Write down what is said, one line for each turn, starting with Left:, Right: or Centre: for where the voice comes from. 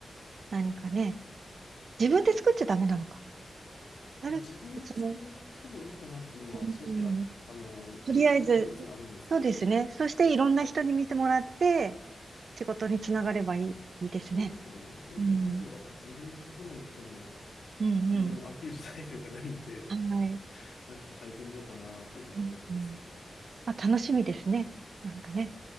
Right: 何かね、自分で作っちゃダメなのか。誰、
Left: まあ、自分で作ってもいいかなというのは正直あ、
Right: その、うん、
Left: あの、
Right: とりあえず、
Left: 計画の一つにあるんですけど、
Right: そうですね。そしていろんな人に見てもらって、仕事につながればいい、いいですね。
Left: そうですね。なので、
Right: うん。
Left: まずは自分で書かないことには
Right: うんうん。
Left: 何もアピール材料がないんで、
Right: はい。
Left: なんか書いてみようかなと今思ってますね。
Right: うんうん、まあ、楽しみですね。なんかね。